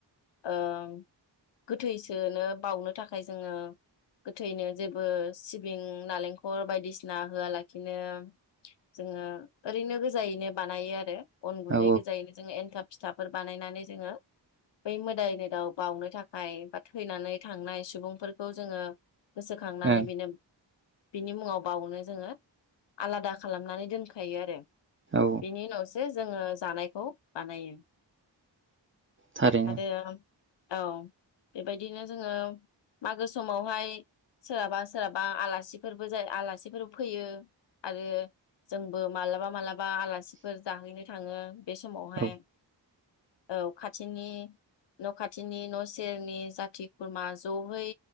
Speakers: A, on the left; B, on the right.
A: ओं गोथैसोनो बाउनो थाखाय जोङो गोथैनो जेबो सिबिं नालेंखर बायदिसिना होआलाखिनो जोङो ओरैनो गोजायैनो बानायो आरो। अन गुन्दै
B: औ
A: गोजायैनो जोङो एन्थाब फिथाफोर बानायनानै जोङो बै मोदायनोदाव बावनो थाखाय बा थैनानै थांनाय सुबुंफोरखौ जोङो - गोसोखांनानै
B: औ
A: बेनो बिनि मुङाव बावनो जोङो आलादा खालामनानै दोनखायो आरो।
B: औ
A: बिनि उनावसो जोङो जानायखौ बानायो।
B: थारैनो
A: आरो औ बेबायदिनो जोङो मागो समावहाय सोरहाबा सोरहाबा आलासिफोरबो जायो आलासिफोर फैयो आरो जोंबो मालाबा मालाबा बा आलासिफोर जाहैनो था थाङो बे समावहाय
B: औ
A: औ खाथिनि न' खाथिनि न' सेरनि जाथि खुरमा जयै